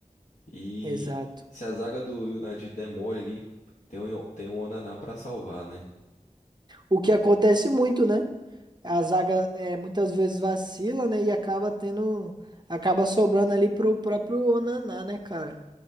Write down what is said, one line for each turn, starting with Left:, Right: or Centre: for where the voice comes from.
Left: E
Right: Exato.
Left: se a zaga do United der mole ali, tem o, tem o Onaná pra salvar, né?
Right: O que acontece muito, né? A zaga é, muitas vezes vacila, né? E acaba tendo. Acaba sobrando ali pro próprio Onaná, né, cara?